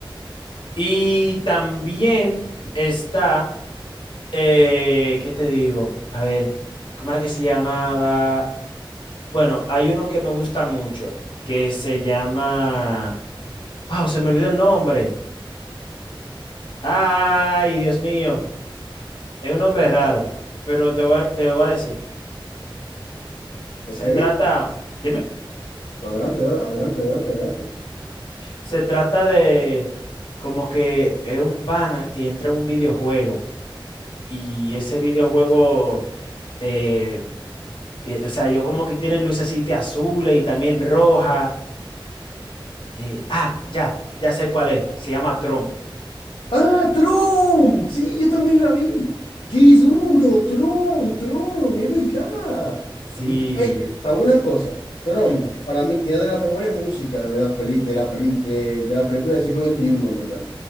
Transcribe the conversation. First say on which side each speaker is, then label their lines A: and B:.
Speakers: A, on the left; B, on the left.
A: Y también está, eh, ¿qué te digo? A ver, ¿cómo era que se llamaba? Bueno, hay uno que me gusta mucho, que se llama... ¡Wow! Se me olvidó el nombre. ¡Ay, Dios mío! Es un nombre raro, pero te voy, te lo voy a decir.
B: Ok,
A: Se trata, dime,
B: adelante, adelante, adelante, adelante.
A: se trata de como que es un pana que entra en un videojuego y ese videojuego eh, Tie- O sea, yo como que tienen lucecita azules y también roja. eh, ah, ya, ya sé cuál es. Se llama Tron.
B: ¡Ah, Tron! Sí, yo también la vi. ¡Qué duro! Tron, Tron, es verdad.
A: Sí.
B: Mm, ey, ¿sabes una cosa? Tron,
A: ujú,
B: para mí, tiene de las mejores músicas de las peli, de la peli, de, de las películas del siglo veintiuno en verdad.